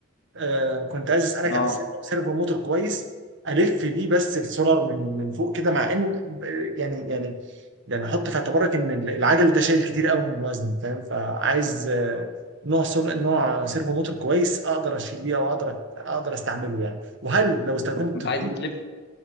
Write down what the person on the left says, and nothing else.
اه
انت
عايز إيه تلف